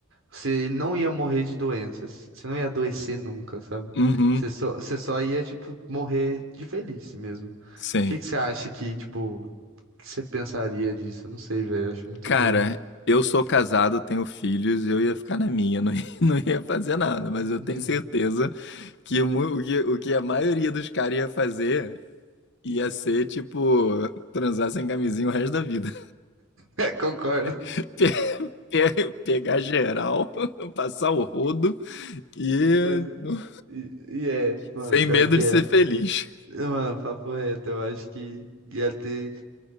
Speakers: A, on the right; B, on the left.
A: você não ia morrer de doenças, você não ia adoecer nunca, sabe?
B: Uhum.
A: Você só, você só ia, tipo, morrer de velhice mesmo.
B: Sim.
A: O que que você acha que, tipo, que você pensaria disso? Eu não sei, velho. Eu acho muito
B: Cara,
A: doido.
B: eu sou casado, tenho filhos, eu ia ficar na minha, não ia, <laughs> não ia fazer nada, mas
A: Hum.
B: eu tenho certeza que o, mu- o que o que a maioria dos caras ia fazer ia ser, tipo, transar sem camisinha o resto da vida.
A: É, concordo.
B: <laughs> Pe- pe- Pegar geral, <laughs> passar o rodo e
A: <laughs> Mas.
B: não-
A: E, e é, mano,
B: sem
A: pior
B: medo
A: que
B: de
A: é.
B: ser feliz.
A: Mano, papo reto, eu acho que ia ter.